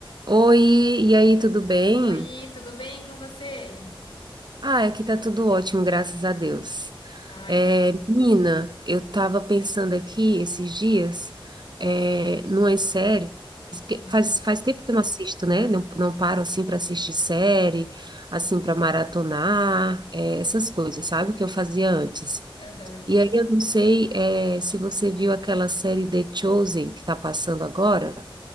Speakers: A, on the right; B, on the left.
A: Oi, e aí, tudo bem?
B: Oi, tudo bem com você?
A: Ah, aqui tá tudo ótimo, graças a Deus.
B: Ai,
A: É, menina, eu tava pensando aqui esses dias, é, numas séries, porque
B: aham,
A: faz, faz tempo que eu não assisto, né? Não, não paro assim para assistir série, assim para maratonar, é, essas coisas, sabe? Que eu fazia antes.
B: aham.
A: E aí eu não sei, é, se você viu aquela série The Chosen que tá passando agora.